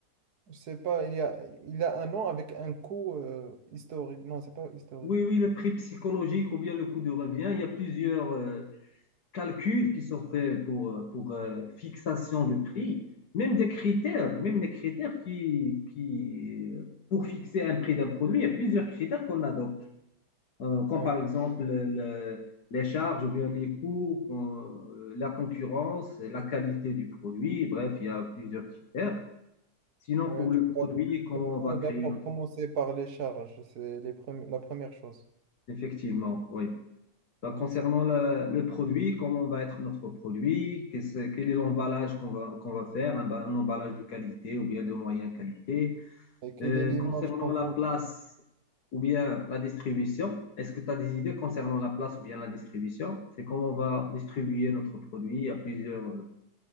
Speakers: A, on the right; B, on the left.
A: Je sais pas, il y a, il a un nom avec un coup euh, historique. Non, c'est pas historique.
B: Oui, oui, le prix psychologique ou bien le coût de revient, il y a plusieurs, euh, calculs qui sont faits pour, pour euh, fixation de prix, même des critères, même les critères qui, qui pour fixer un prix d'un produit, il y a plusieurs critères qu'on adopte, euh, comme
A: Ouais,
B: par exemple le- les charges ou bien les coûts, euh, la concurrence, la qualité du produit, bref, il y a plusieurs critères. Sinon,
A: ouais,
B: pour
A: tu
B: le
A: peux,
B: produit, comment
A: tu peux
B: on va créer
A: d'abord
B: notre...
A: commencer par les charges. C'est les premi- la première chose.
B: Effectivement, oui. Ben,
A: Ouais,
B: concernant
A: c'est-
B: la- le produit, comment va être notre produit, qu'est-ce- quel est l'emballage qu'on va, qu'on va faire, un, ba- un emballage de qualité ou bien de moyenne qualité.
A: et quelle
B: Euh,
A: est l'image
B: concernant
A: qu'on
B: la
A: veut
B: place ou bien la distribution, est-ce que tu as des idées concernant la place ou bien la distribution? C'est comment on va distribuer notre produit à plusieurs, euh,